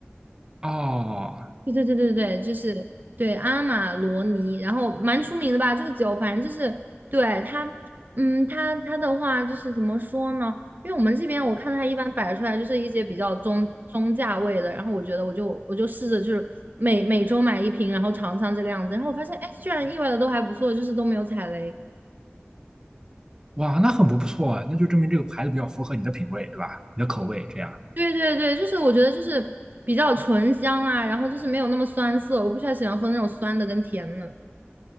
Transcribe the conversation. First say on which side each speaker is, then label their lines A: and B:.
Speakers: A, on the right; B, on the right.
A: 哦，
B: 对对对对对，就是对阿玛罗尼，然后蛮出名的吧？这个酒，反正就是对它，嗯，它它的话就是怎么说呢？因为我们这边我看它一般摆出来就是一些比较中中价位的，然后我觉得我就我就试着就是每每周买一瓶，然后尝尝这个样子，然后我发现哎，居然意外的都还不错，就是都没有踩雷。
A: 哇，那很不错啊，那就证明这个牌子比较符合你的品味，对吧？你的口味这样。
B: 对对对，就是我觉得就是比较醇香啦，然后就是没有那么酸涩，我不喜欢喜欢喝那种酸的跟甜的，